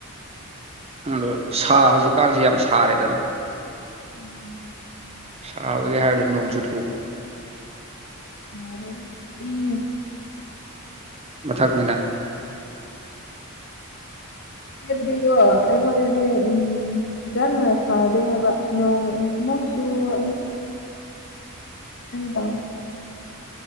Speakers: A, on the right; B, on the left.
A: ꯑꯗ ꯁꯥꯕ ꯍꯧꯖꯤꯛꯀꯥꯟꯁꯤ ꯌꯥꯝ ꯁꯥꯔꯦꯗꯅ
B: ꯎꯝ
A: ꯁꯥꯕꯒꯤ ꯍꯥꯏꯔꯨꯔꯗꯤ ꯅꯣꯡ ꯆꯨꯊꯣꯛ
B: ꯁꯗꯦꯗꯥ ꯏꯉꯦ
A: ꯃꯊꯛꯅꯤꯅ
B: ꯑꯗꯨꯕꯨꯗꯤ ꯀꯣ ꯑꯩꯈꯣꯏꯗꯤ ꯎꯝ ꯌꯥꯝꯅꯥ ꯁꯥꯗꯦ ꯍꯥꯏꯕ ꯅꯣꯡ ꯑꯃꯨꯛ ꯆꯨ ꯋꯥ ꯇꯣ <inaudible> <unintelligible>